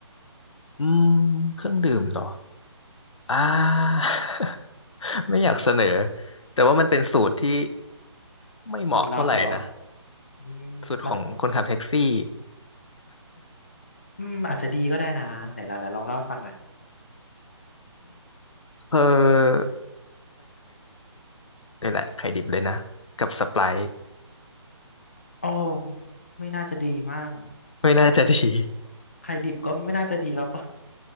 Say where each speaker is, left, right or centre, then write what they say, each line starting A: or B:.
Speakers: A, on the left (about 85°); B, on the left (about 30°).
A: อืมเครื่องดื่มเหรออ่า <laughs> ไม่อยากเสนอแต่ว่ามันเป็นสูตรที่ไม่เหมาะเท่าไหร่นะ
B: สูตรลับเหรออืมมัน
A: สูตรของคนขับแท็กซี่
B: อืมอาจจะดีก็ได้นะไหนเราไหนลองเล่าให้ฟังหน่อย
A: <laughs> เออนี่แหละไข่ดิบเลยนะกับสไปร์
B: โอ้ไม่น่าจะดีมาก
A: ไม่น่าจะดี <laughs>
B: ไข่ดิบก็ไม่น่าจะดีแล้วปะ